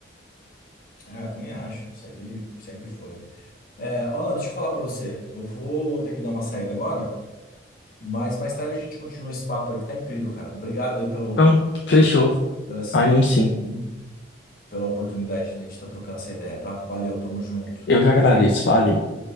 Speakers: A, on the left; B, on the left.
A: Ah, eu também acho. Isso aí sempre foi. É, Orlando, deixa eu falar pra você. Eu vou ter que dar uma saída agora, mas mais tarde a gente continua esse papo aí que tá incrível, cara. Obrigado aí pelo,
B: Então, fechou.
A: pela experiência,
B: Anime sim.
A: aí, pela oportunidade de a gente estar trocando essa ideia, tá? Valeu, tamo junto.
B: Eu que agradeço. Valeu.